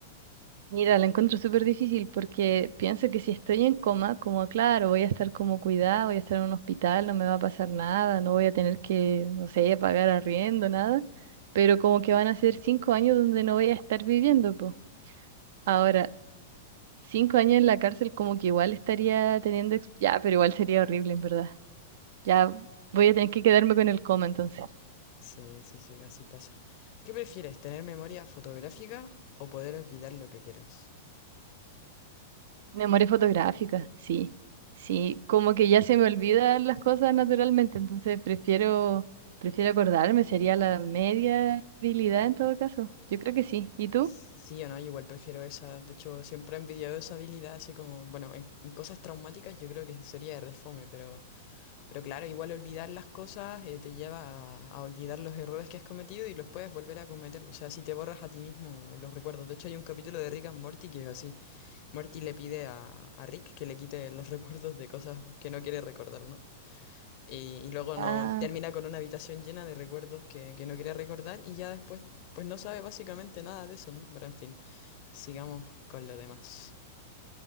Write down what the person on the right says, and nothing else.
Mira, la encuentro súper difícil porque pienso que si estoy en coma, como claro, voy a estar como cuidada, voy a estar en un hospital, no me va a pasar nada, no voy a tener que, no sé, pagar arriendo, nada, pero como que van a ser cinco años donde no voy a estar viviendo, pues. Ahora, cinco años en la cárcel como que igual estaría teniendo, ex- ya, pero igual sería horrible, en verdad. Ya voy a tener que quedarme con el coma entonces.
Memoria fotográfica, sí, sí, como que ya se me olvidan las cosas naturalmente, entonces prefiero, prefiero acordarme, sería la media habilidad en todo caso. Yo creo que sí. ¿Y tú?
Ah,